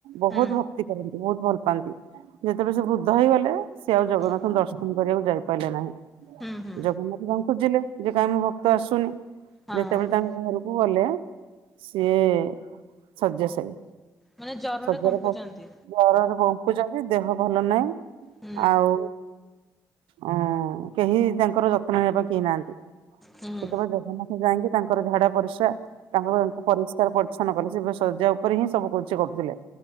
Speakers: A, on the right; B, in the centre.
A: ବହୁତ
B: ହୁଁ
A: ଭକ୍ତି କରନ୍ତି ବହୁତ ଭଲ ପାଆନ୍ତି ଯେତେବେଳେ ସେ ବୃଦ୍ଧ ହେଇଗଲେ ସେ ଆଉ ଜଗନ୍ନାଥଙ୍କୁ
B: ହୁଁ
A: ଦର୍ଶନ କରିବାକୁ ଯାଇପାରିଲେ ନାହିଁ।
B: ହୁଁ ହୁଁ
A: ଜଗନ୍ନାଥ ତାଙ୍କୁ ଖୋଜିଲେ ଯେ କାଇଁ ମୋ ଭକ୍ତ ତ ଆସୁନି
B: ହଁ
A: ଯେତେବେଳେ ତାଙ୍କ ଘରକୁ ଗଲେ। ସିଏ ଶଯ୍ୟାଶାଇ।
B: ମାନେ ଜରରେ
A: ଶଯ୍ୟା
B: କମ୍ପୁଛନ୍ତି
A: ରେ ପ ଜରରେ କମ୍ପୁଛନ୍ତି ଦେହ ଭଲ ନାହିଁ
B: ହୁଁ
A: ଆଉ ଅ କେହି ତାଙ୍କର ଯତ୍ନ ନେବା ପାଇଁ କେହି ନାହାନ୍ତି।
B: ହୁଁ ହୁଁ
A: ସେତେବେଳେ ଜଗନ୍ନାଥ ଯାଇକି ତାଙ୍କ ତାଙ୍କର ଝାଡା ପରିସ୍ରା ତାଙ୍କର ପରିଷ୍କାର ପରିଚ୍ଛନ କଲେ ସେ ଶଯ୍ୟା ଉପରେ ହିଁ ସବୁ କିଛି କରୁଥିଲେ।